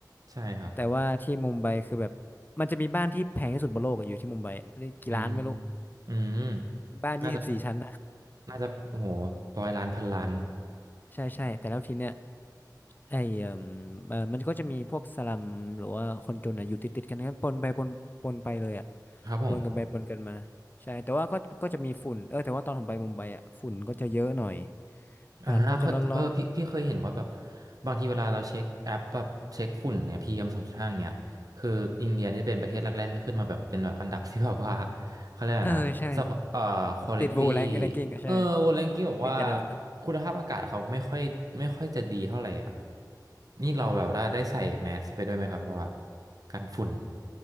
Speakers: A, on the right (about 55°); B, on the left (about 25°).
A: ใช่ครับ
B: แต่ว่าที่มุมไบคือแบบมันจะมีบ้านที่แพงที่สุดบนโลกอะอยู่ที่มุมไบเรียกกี่ล้านไม่รู้
A: อืมอืม
B: บ้านยี่สิบสี่ชั้น
A: น่าจะน่าจะโอ้โหร้อยล้านพันล้าน
B: ใช่ใช่แต่แล้วทีเนี้ยไอ้เอ่มเอ่อมันก็จะมีพวกสลัมหรือว่าคนจนอ่ะอยู่ติดติดกันนะปนไปปนปนไปเลยอ่ะ
A: ครับผม
B: ปนกันไปปนกันมาใช่แต่ว่าก็ก็จะมีฝุ่นเออแต่ว่าตอนผมไปมุมไบอ่ะฝุ่นก็จะเยอะหน่อยอากาศก็จะร้อน
A: อ่าเขาเออพี่พี่เคยเห็นว่าแบบบางทีเวลาเราเช็คแอปแบบเช็คฝุ่นเนี่ยพีเอ็มสองจุดห้าอย่างเงี้ยคืออินเดียนี่จะเป็นประเทศแรกๆที่ขึ้นมาแบบเป็นแบบอันดับที่แบบว่าเขาเรียกอะไรนะสภาพเอ่อคุณภาพ
B: ๆเออใช่ติดโวแรงแรงกิ้งอ่ะใช่
A: เออวอลเลนกิ้งบอกว่า
B: ติดจัดอันดับ
A: คุณภาพอากาศเขาไม่ค่อยไม่ค่อยจะดีเท่าไหร่อ่ะนี่เราแบบได้ได้ใส่แมสไปด้วยไหมครับว่ากันฝุ่น